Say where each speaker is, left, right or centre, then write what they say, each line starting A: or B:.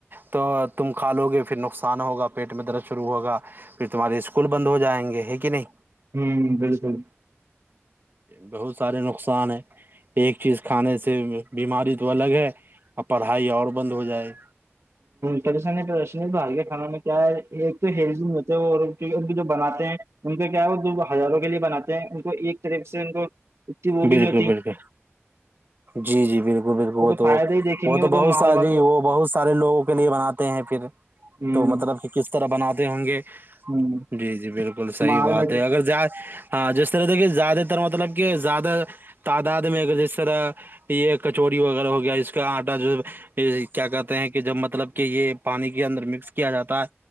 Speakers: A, on the right; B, on the right.
A: تو تم کھا لو گے پھر نقصان ہوگا پیٹ میں درد شروع ہوگا پھر تمہارے اسکول بند ہو جائیں گے ہے کہ نہیں
B: ہوں بالکل
A: بہت سارے نقصان ہے ایک چیز کھانے سے بیماری تو الگ ہے اور پڑھائی اور بند ہو جائے
B: پریشانی پریشنی تو ہر کے کھانا میں کیا ہے ایک تو ہیلی ہو جو بناتے ہیں ان کا کیا ہے وہ ہزاروں کے لیے بناتے ہیں ایک طرف سے ان کو ا وہ بھی
A: بالکل
B: نہیں ہوتی
A: بالکل جی جی بالکل بالکل وہ
B: فائدہ
A: تو
B: ہی دیکھیں
A: وہ
B: گے
A: تو بہت
B: مال
A: سی
B: والا
A: وہ بہت سارے لوگوں کے لیے بناتے ہیں پھر
B: ہوں
A: تو مطلب کہ کس طرح بناتے ہوں گے
B: ہوں
A: جی جی بالکل صحیح
B: مال
A: بات
B: میں
A: ہے اگر ہاں جس رح دیکھیے زیادہ تر مطلب کہ زیادہ تعداد میں جی طرح یہ کچوری وغیرہ ہو گیا ج کا آٹا جو یہ کیا کہتے ہیں کہ جب مطلب کہ یہ پانی کے اندر مکس کیا جاتا ہے